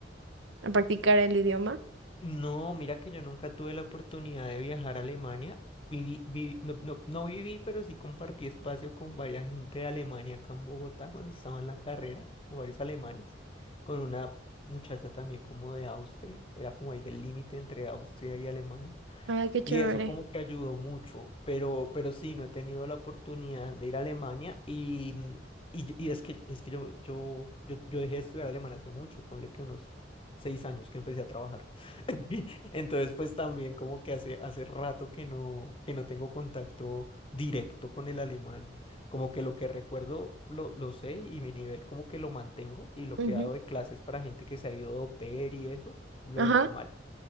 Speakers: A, on the right; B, on the left.
A: a practicar el idioma.
B: No, mira que yo nunca tuve la oportunidad de viajar a Alemania. Viví- viví- no, no- no viví, pero sí compartí espacio con varias gente de Alemania acá en Bogotá cuando estaba en la carrera, con varios alemanes, con una muchacha también como de Austria, era como ahí del límite entre Austria y Alemania.
A: Ah, qué chévere.
B: Y eso como que ayudó mucho, pero, pero sí, no he tenido la oportunidad de ir a Alemania y, mm, y, yo- y es que, es que yo, yo, yo, yo dejé de estudiar alemán hace mucho, ponle que unos seis años que empecé a trabajar. <laughs> Entonces, pues también como que hace, hace rato que no, que no tengo contacto directo con el alemán. Como que lo que recuerdo lo, lo sé y mi nivel como que lo mantengo y lo
A: Ujú.
B: que he dado de clases para gente que se ha ido de au pair y eso, lo
A: Ajá.
B: normal.